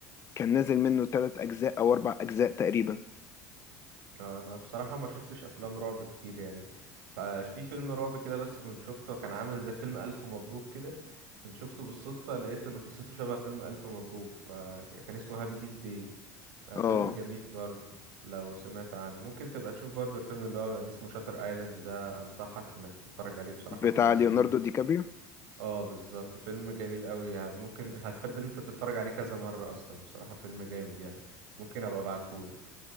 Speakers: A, on the left; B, on the right.
A: كان نازل منه ثلاث اجزاء او اربع اجزاء تقريبا
B: آه، انا بصراحة ما شفتش افلام رعب كتير يعني سا- في فيلم رعب كده بس كنت شفته كان عامل زي فيلم الف مبروك كده كنت شفته بالصدفة لقيت ان قصته شبه فيلم الف مبروك فكان اسمه هابي ديز داي
A: اه
B: فيلم جميل برضو لو سمعت عنه ممكن تبقى تشوف برضو الفيلم اللي هو اسمه شاتر ايلاند ده انصحك انك تتفرج عليه بصراحة
A: بتاع
B: فيلم
A: ليوناردو
B: جميل
A: دي كابريو
B: اه بالظبط فيلم جميل قوي ه- ممكن هتحب ان انت تتفرج عليه كذا مرة اصلا بصراحة فيلم جامد يعني ممكن ابقى ابعتهولك